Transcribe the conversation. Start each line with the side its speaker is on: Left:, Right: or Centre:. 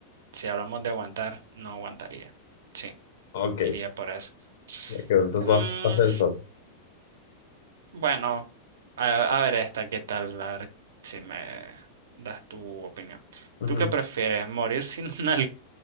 Right: si hablamos de aguantar, no aguantaría. Sí,
Left: ok.
Right: iría por eso.
Left: me quedo, Entonces
Right: Mm,
Left: vas, vas el sol.
Right: bueno, a, a ver esta, ¿qué tal? A ver si me das tu opinión.
Left: Ujú.
Right: ¿Tú qué prefieres, morir sin <laughs> una